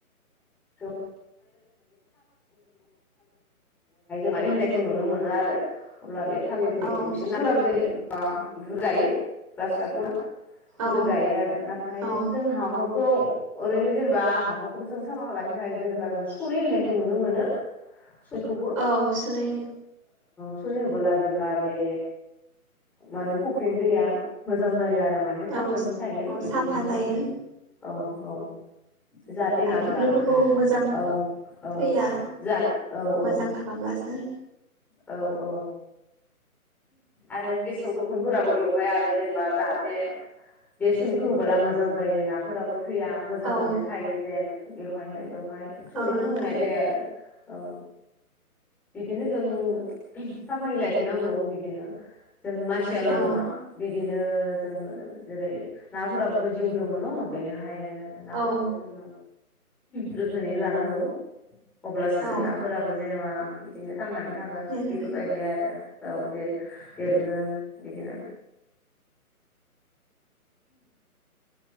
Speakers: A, in the centre; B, on the right.
A: जों माने होनाय नुनो मोनो आरो अब्ला बे थालिर बेखौ
B: औ
A: बिसोर नाफोराबो जेरै बेफोरखौ जायो ग्रासकाट फोरा बेफोरो
B: औ
A: जायो आरो नाथाय
B: औ
A: जों हाखरखौ ओरैनो जेनेबा हाखरखौबो जों साफा लाखिनो थाखाय जेनेबा जों सुनै होनायखौ नुनो मोनो सयखौबो
B: औ सुनै
A: सुनि होबोला जेब्ला बे माने फुख्रिनि दैया मोजां जायो आरो माने साखोन
B: औ
A: थायो
B: औ
A: बेफोरखौ
B: साफा जायो
A: औ औ जाहाथे नाफोरा
B: आरो फुख्रिफोरखौ मोजां
A: औ औ
B: थैया
A: जा औ
B: मोजां
A: औ
B: खालामब्लासो
A: औ औ आरो गेसाव गोफुनफोराबो बेवहाय आरो जेनेबा जाहाथे बे सुनिखौ होबोला मोजां जायो नाफोराबो थैया मोजाङैनो
B: औ
A: थायो जेन बेवहायनो बेवहाय सनिखौ
B: औ नोंथां
A: होनाय जायो आरो औ बिदिनो जों साफायै लाखिनांगौ बिदिनो जों मानसियाल
B: औ
A: नङा बिदिनो जों जेरै नाफोराबोथ जिउ दंङ न बेनिखायनो नाफोरखौ
B: औ
A: जोंङो जोथोनै लानांगौ अब्लासो
B: औ
A: नाफोराबो जेनेबा बिदिनो थांनानै थागोन
B: दे जागोन
A: बेफोरबायदि आरो औ जिर देरगोन बिदिनो